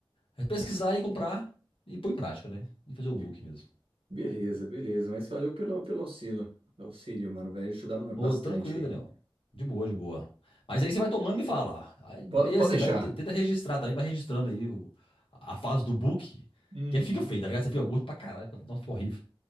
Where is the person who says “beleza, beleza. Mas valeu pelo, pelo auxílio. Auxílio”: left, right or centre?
Right